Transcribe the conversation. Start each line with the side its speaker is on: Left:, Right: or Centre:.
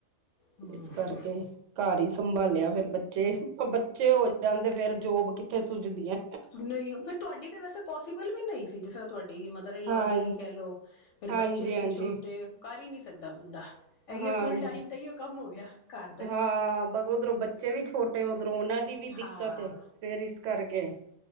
Left: ਹਮ
Right: ਇਸ ਕਰਕੇ ਘਰ ਹੀ ਸੰਭਾਲਿਆ ਫੇਰ ਬੱਚੇ ਬੱਚੇ ਹੋ ਜਾਂਣਦੇ ਫੇਰ ਜੋਬ ਕਿੱਥੇ ਸੁਜਦੀਆਂ।
Left: ਨਹੀਂ ਫਿਰ ਤੁਹਾਡੀ ਤਾਂ ਵੈਸੇ ਪੋਸੀਬਲ ਵੀ ਨਹੀਂ ਸੀ ਜਿਸ ਤੁਹਾਡੀ ਮਦਰ ਇਨਲੋਅ
Right: ਹਾਂ
Left: ਦੀ ਕਹਿ ਲਓ ਫੇਰ
Right: ਹਾਂਜੀ
Left: ਬੱਚੇ ਵੀ
Right: ਹਾਂਜੀ
Left: ਛੋਟੇ ਕਰ ਹੀ ਨਹੀਂ ਸਕਦਾ ਬੰਦਾ। ਇਹੀਓ
Right: ਹਾਂਜੀ।
Left: ਫੁਲ ਟਾਈਮ ਤੇ ਇਹੀਓ ਹੋ ਕਮ ਹੋ ਗਿਆ। ਘਰ ਦਾ ਹੀ
Right: ਹਾਂ ਬਸ ਉਓਧਰੋਂ ਬੱਚੇ ਵੀ ਛੋਟੇ ਉੱਧਰੋਂ ਉਹਨਾਂ ਦੀ ਵੀ ਦਿੱਕਤ
Left: ਹਾਂ
Right: ਫੇਰ ਕਰਕੇ